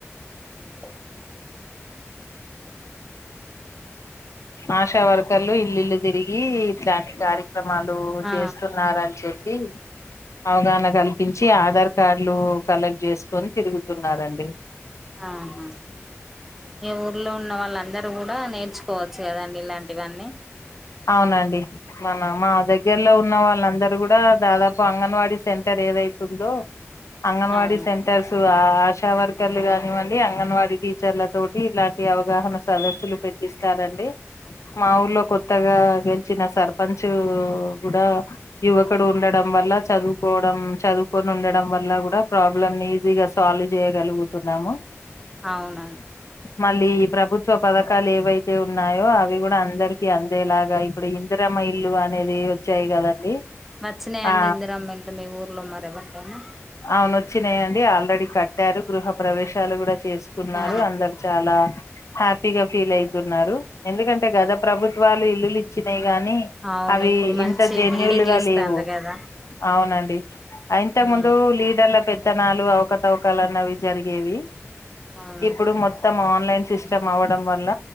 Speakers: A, in the centre; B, on the left.
A: అ
B: ఆశా వర్కర్లు ఇల్లుల్లు తిరిగి ఇట్లాంటి కారి క్రమాలు
A: ఆ
B: చేస్తున్నార అని చెప్ అవగాహన కల్పించి ఆధార్ కార్డులు కలెక్ట్ చేసుకొని తిరుగుతున్నారండి
A: ఆహా మీ ఊర్లో ఉన్న వాళ్ళందరు కూడా నేర్చు కోవచ్చు కదండి ఇలాంటివన్నీ
B: అవునండి మన మా దగ్గరలో ఉన్న వాళ్ళందరూ కూడా దాదాపు అంగన్వాడీ సెంటర్ ఏదైతుందో, అంగన్వాడి
A: అవును
B: సెంటర్సు ఆ ఆశా వర్కర్లు కానివ్వండి అంగన్వాడీ టీచర్ల తోటి ఇలాంటి అవగాహన సదస్సులు పెట్టిస్ తారండి మా ఊర్లో కొ త్తగా గెలిచిన సర్పంచు కూడా యువకుడు ఉండడం మల్ల చదువుకోవడం చదువుకొని ఉండడం వల్ల కూడా ప్రాబ్లం ఈజీ గా సాల్వ్ చేయగలుగుతున్నాము
A: అవునండి
B: మళ్ళీ ఈ ప్రభుత్వ పథకాలు ఏవైతే ఉన్నాయో అవి కూడా అందరికి అన్ అదేలాగా ఇప్పుడు ఇందిరమ్మ ఇల్లు అనేది వచ్చాయి కదండి
A: వచ్చినాయండి
B: ఆ
A: ఇందిరామ్మ ఇల్లు మీ ఊర్లో మరి ఎవరికైనా
B: అవును వచ్చినాయండి ఆల్రెడీ కట్టారు గృహ ప్రవేశాలు కూడా చేసుకున్నారు
A: ఆ
B: అందరు చాలా హ్యాపీగా ఫీల్ ఐతున్నారు ఎందుకంటే గత ప్రభుత్ ఇల్లులు ఇచ్చినయి కానీ
A: అవును
B: అవి
A: ఇప్పుడు మంచి
B: ఇంత జన్యూల్
A: బిల్డింగ్లు
B: గా
A: ఇస్తాండ్రు
B: లేవు
A: కదా
B: అవునండి ఇంతకు
A: ఉమ్
B: ముందు లీడర్ల పెత్తనాలు అవకతవకలు అన్నవి జరిగేవి
A: అవును
B: ఇప్పుడు మొత్తం ఆన్ లైన్ సిస్టమ్ అవ్వడం వల్ల